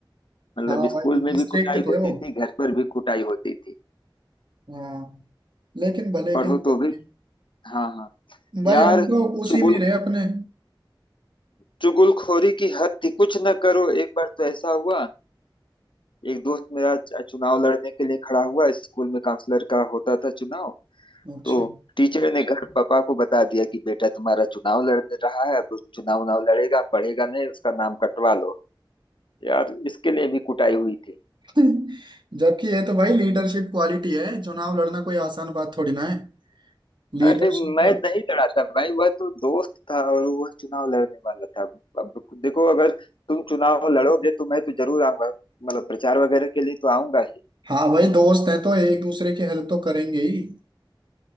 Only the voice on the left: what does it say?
मतलब
स्कूल में भी
कुटाई
होती
थी घर पर भी कुटाई होती थी
पढ़ो
तो भी हाँ हाँ
यार
चुगुल
चुगलखोरी की हद थी कुछ न करो एक बार तो ऐसा हुआ एक दोस्त मेरा च- चुनाव लड़ने के लिए खड़ा हुआ स्कूल में काउंसलर का होता था चुनाव
तो टीचर ने घर पापा को बता दिया कि बेटा तुम्हारा चुनाव लड़ रहा है अब वो चुनाव उनाव लड़ेगा पढ़ेगा नहीं उसका नाम कटवा लो यार इसके लिए भी कुटाई हुई थी
अरे मैं नहीं लड़ा था भाई वह तो दोस्त था और वह चुनाव लड़ने वाला था अब देखो अगर तुम चुनाव लड़ोगे तो मैं तो जरूर आऊंगा मतलब प्रचार वगैरह के लिए तो आऊंगा ही